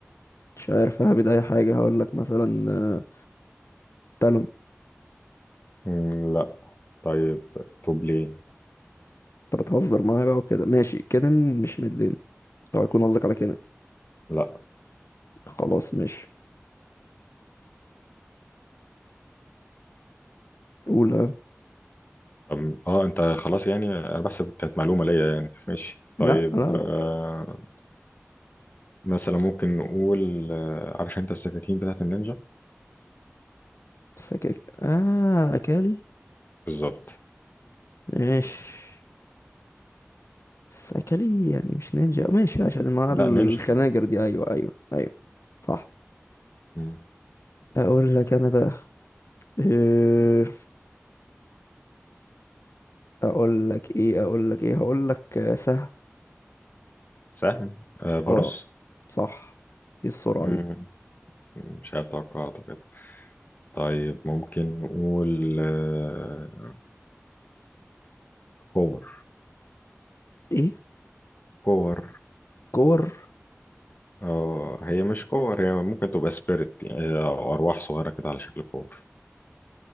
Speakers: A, on the left (about 70°); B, on the left (about 40°).
A: مش عارف ههبد أي حاجة هقول لك مثلا آه، تالون
B: مم، لا طيب توب لين
A: أنت بتهزر معايا بقى وكده ماشي كينن مش ميد لين طب يكون قصدك على كينن
B: لا
A: خلاص ماشي قول ها.
B: طب اه انت خلاص يعني انا بحسب كانت معلومه ليا يعني ماشي
A: لا
B: طيب
A: لا
B: آه مثلا ممكن نقول آه، عارف انت السكاكين بتاعت النينجا
A: سكك اه اكالي
B: بالظبط
A: ماشي بس اكالي يعني مش نينجا ماشي عشان مع
B: لا
A: الخناجر
B: نينجا يعني.
A: دي ايوه ايوه ايوه صح
B: مم.
A: اقول لك انا بقى إيه، اقول لك ايه اقول لك ايه هقول لك آه، سهم
B: سهم آه فاروس
A: اه صح ايه السرعة
B: مم.
A: دي
B: مش عارف توقعاته كده طيب ممكن نقول آه كور
A: ايه
B: كور
A: كور
B: آه هي مش كور هي ممكن تبقى سبيريت أو أرواح صغيرة كده على شكل كور